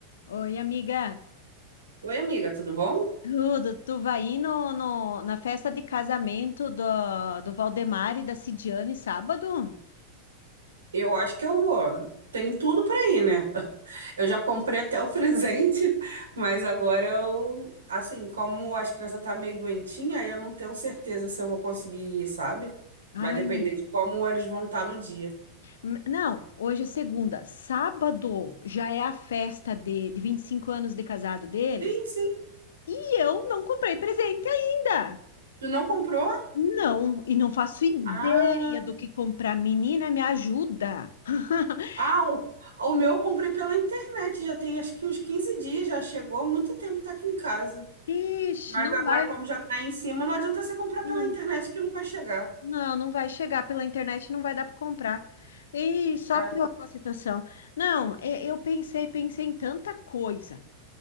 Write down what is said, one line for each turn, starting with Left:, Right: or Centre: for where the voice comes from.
Left: Oi, amiga.
Right: Oi, amiga, tudo bom?
Left: Tudo, tu vai ir no, no- na festa de casamento do, do Valdemar e da Cidiane sábado?
Right: Eu acho que eu vou. Tem tudo pra ir, né? <laughs> Eu já comprei até o <laughs> presente, mas agora eu, assim, como as crianças tá meio doentinha, aí eu não tenho certeza se eu vou conseguir ir, sabe?
Left: Ai,
Right: Vai depender
Left: me-
Right: de como eles vão estar no dia.
Left: M- Não, hoje é segunda. Sábado já é a festa de, de 25 anos de casado deles.
Right: Sim, sim.
Left: E eu não comprei presente ainda.
Right: Tu não comprou?
Left: Não, e não faço ideia
Right: Ah,
Left: do que comprar. Menina, me ajuda. <laughs>
Right: ah, o, o meu eu comprei pela internet, já tem acho que uns 15 dias, já chegou, há muito tempo tá aqui em casa.
Left: Ixi,
Right: Mas
Left: não
Right: agora,
Left: vai.
Right: como já tá em cima, não adianta você comprar pela
Left: Não.
Right: internet que não vai chegar.
Left: Não, não vai chegar pela internet, não vai dar para comprar. E só
Right: É.
Left: piorou a situação. Não, e- eu pensei, pensei em tanta coisa.